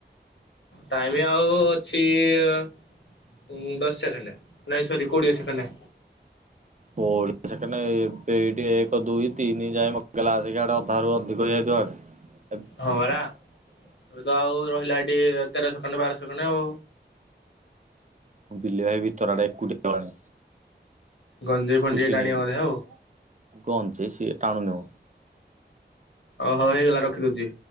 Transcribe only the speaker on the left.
ଟାଇମ ଆଉ ଅଛି ହଁ ଦଶ ସେକେଣ୍ଡ ନାଇଶରି କୋଡ଼ିଏ ସେକେଣ୍ଡ।
ହଁ ପରା ଏବେତ ଆଉ ରହିଲା ଏଠି ତେର ସେକେଣ୍ଡ ବାରସେ ସେକେଣ୍ଡ ଆଉ।
ଗଞ୍ଜେଇ
ଫଞ୍ଜେଇ ଟାଣିବ
ବୋଧେ ଆଉ।
ଓହୋ ହେଇଗଲା ରଖିଦଉଚି।